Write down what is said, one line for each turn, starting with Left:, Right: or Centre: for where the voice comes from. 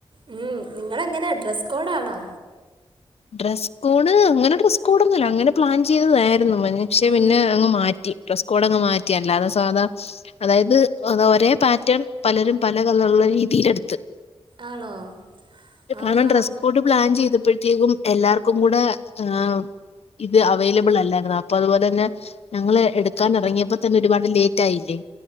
Right: ഉം നിങ്ങ എങ്ങനെ ഡ്രസ് കോഡാണോ
Left: ഡ്രസ്സ് കോഡ് അങ്ങനെ ഡ്രസ്സ് കോഡ് ഒന്നുംല്ല അങ്ങനെ പ്ലാൻ ചെയ്ത ക്ഷേ
Right: ഉം
Left: പിന്നെ അങ്ങ് മാറ്റി ഡ്രസ് കോഡങ് മാറ്റിയല്ല അത സാധാ അതായത് ഒരേ പാറ്റേൺ പലരും പല കളറ രീതിൽെടുത്ത്
Right: ആണോ
Left: കാരണം
Right: ആഹാ
Left: ഡ്രസ് കോഡ് പ്ലാൻ ചെയ്തപ്പോഴത്തേക്കും എല്ലാർക്കും കൂടെ ആ ഇത് അവൈലബിൾ അല്ലായിുന്ന അപ്പൊ അതുപോലെ തന്നെ ഞങ്ങള് എടുക്കാൻ ഇറങ്ങിയപ്പോ തന്നെ ഒരുപാട് ലേറ്റ് ആയില്ലേ